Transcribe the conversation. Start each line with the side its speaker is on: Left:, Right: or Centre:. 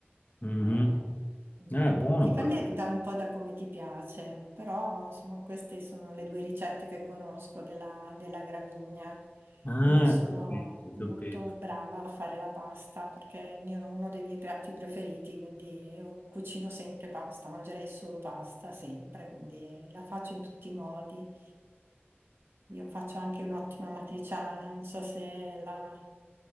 Left: Mhm.
Right: Eh, mm.
Left: Eh, buono
Right: dipende
Left: quello.
Right: da un po' da come ti piace, però insomma queste sono le due ricette che conosco della, della gramigna.
Left: Ah,
Right: E Io sono
Left: capito,
Right: molto
Left: capito.
Right: brava a fare la pasta perché è il mio- uno dei miei piatti preferiti, quindi io cucino sempre pasta, mangerei solo pasta sempre, quindi la faccio in tutti i modi. Io faccio anche un'ottima matriciana, non so se la,